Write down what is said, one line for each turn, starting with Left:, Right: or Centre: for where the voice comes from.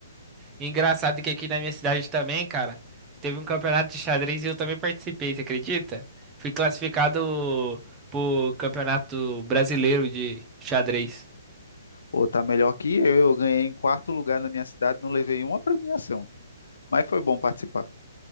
Right: Engraçado que aqui na minha cidade também, cara, teve um campeonato de xadrez e eu também participei, você acredita? Fui classificado pro Campeonato Brasileiro de Xadrez.
Left: Ou tá melhor que eu. Eu ganhei em quarto lugar na minha cidade, não levei uma premiação. Mas foi bom participar.